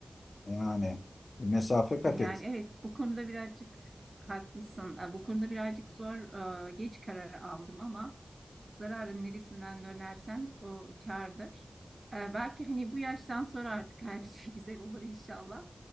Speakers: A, on the left; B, on the right.
A: Yani mesafe kat
B: E, Yani
A: et.
B: evet bu konuda birazcık haklısın. E, Bu konuda birazcık zor e, geç karar aldım ama zararın neresinden dönersen o kârdır. E, Belki hani bu yaştan sonra artık her şey <laughs> güzel olur inşallah.